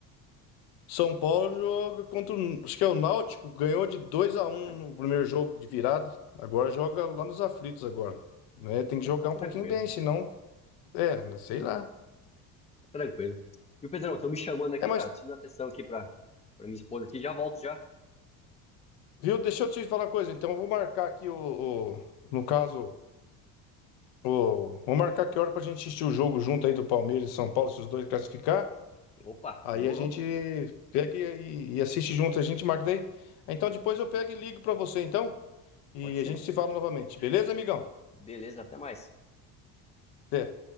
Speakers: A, on the left; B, on the left.
A: São Paulo joga contra, o- acho que é o Náutico, ganhou de dois a
B: Ah,
A: um no primeiro jogo de virada. Agora joga lá nos aflitos agora, né? Tem que
B: não,
A: jogar
B: tá tranquilo.
A: um pouquinho bem, senão, é, não sei lá.
B: Tá tranquilo. E o Pedrão, estão me chamando aqui,
A: É, mas,
B: cara. Preciso dar atenção aqui pra, pra minha esposa aqui. Já volto já.
A: viu, deixa eu te falar uma coisa, então eu vou marcar aqui o, o- no caso, Ô, vamos marcar que hora pra gente assistir o jogo junto aí do Palmeiras e São Paulo, se os dois classificar.
B: Opa,
A: Aí
B: demorou.
A: a gente pega e, e assiste junto, a gente marca daí. Ah, Então depois eu pego e ligo pra você então. E
B: Pode ser?
A: a gente se fala novamente. Beleza, amigão?
B: Beleza, até mais.
A: Até.